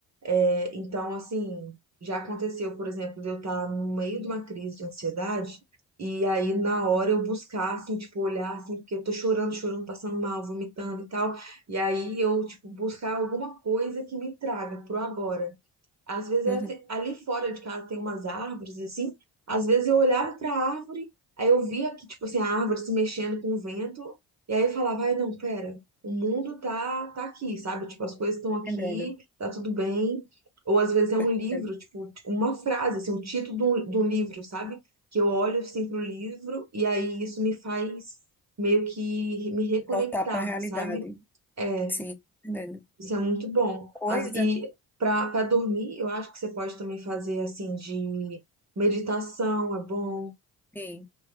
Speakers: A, on the right; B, in the centre.
A: É, então, assim, já aconteceu, por exemplo, de eu estar no meio de uma crise de ansiedade. E aí, na hora, eu buscar, assim, tipo, olhar, assim, porque eu tô chorando, chorando, passando mal, vomitando e tal. E aí, eu, tipo, buscar alguma coisa que me traga pro agora. Às vezes eu
B: Uhum,
A: te- ali fora de casa tem umas árvores assim. Às vezes eu olhava para a árvore, aí eu via que tipo assim a árvore se mexendo com o vento, e aí eu falava, ai não, pera, o mundo tá tá aqui, sabe? Tipo as coisas estão
B: tô
A: aqui,
B: entendendo.
A: tá tudo bem. Ou às vezes é
B: Tô
A: um
B: entendendo.
A: livro, tipo uma frase, assim, um título de um, de um livro, sabe? Que eu olho assim pro livro e aí isso me faz meio que me reconectar,
B: Voltar pra realidade.
A: sabe? É,
B: Sim, tô entendendo.
A: isso é muito bom.
B: Coisa.
A: As- e para para dormir, eu acho que você pode também fazer assim de meditação, é bom.
B: Sim.